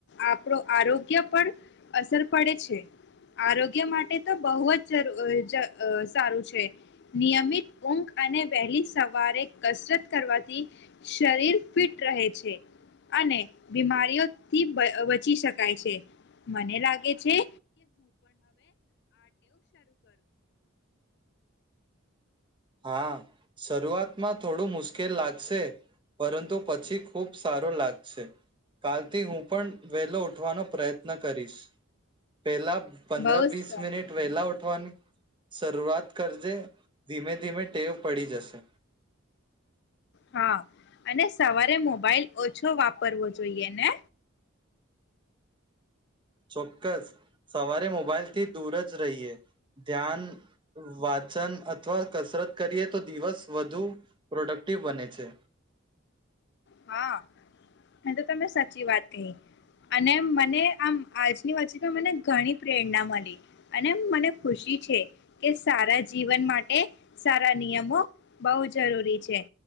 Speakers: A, on the left; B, on the right.
A: આપણો આરોગ્ય પર અસર પડે છે આરોગ્ય માટે તો બહુ જ સારું છે નિયમિત ઊંઘ અને વહેલી સવારે કસરત. કરવાથી શરીર ફિટ રહે છે અને બીમારી થી બચી શકાય છે મને લાગે છે
B: હા શરૂઆતમાં થોડું મુશ્કેલ લાગશે પરંતુ પછી ખુબ સારુ લાગશે કાલથી હું પણ વેલો ઉઠવાનો પ્રયત્ન કરીશ પેલા. પંદર
A: બહુ જ
B: વીસ
A: સારું
B: મિનિટ વહેલા ઉઠ. ઉઠવાની ની શરૂઆત કરજે ધીમે. ધીમે ટેવ પડી જશે.
A: હા અને સવારે મોબાઈલ ઓછો વાપરવો જોઈએ ને.
B: ચોક્કસ સવારે મોબાાઈલથી દૂર જ રહીએ ધ્યાન વાચન અથવા કસરત કરીએ તો દિવસ વધુ પ્રોડક્ટિવ બને છે.
A: હા. તો તમે સાચી વાત કહી અને મને આમ આજની વચ્ચે તો મને ઘણી પ્રેરણા મળી અને મને ખુશી છે કે સારા જીવન માટે સારા નિયમો બહુ જરૂરી છે.